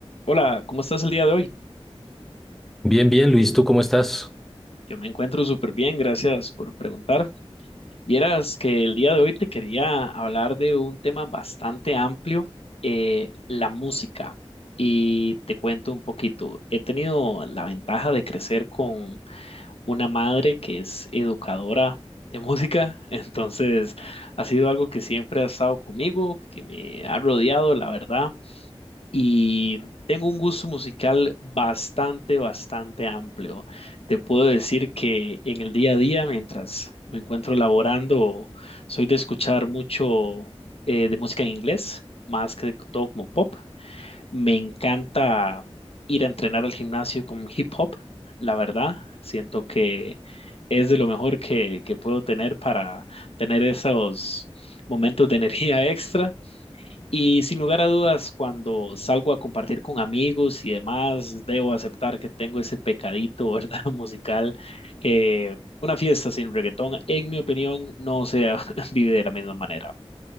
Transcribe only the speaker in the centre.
Bien, bien, Luis, ¿tú cómo estás?